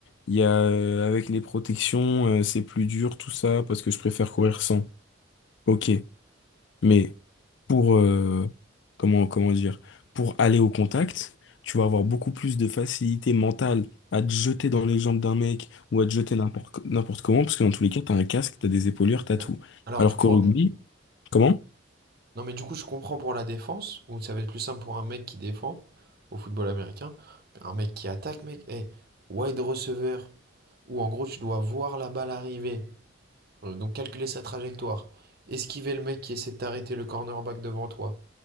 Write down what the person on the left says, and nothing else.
il y a, euh, avec les protections, euh, c'est plus dur, tout ça, parce que je préfère courir sans. Ok, mais pour, euh, comment, comment dire, pour aller au contact, tu vas avoir beaucoup plus de facilité mentale à te jeter dans les jambes d'un mec ou à te jeter n'importe, n'importe comment, parce que dans tous les cas, t'as un casque, t'as des épaulières, t'as
tout.
Alors
qu'au rugby,
comment?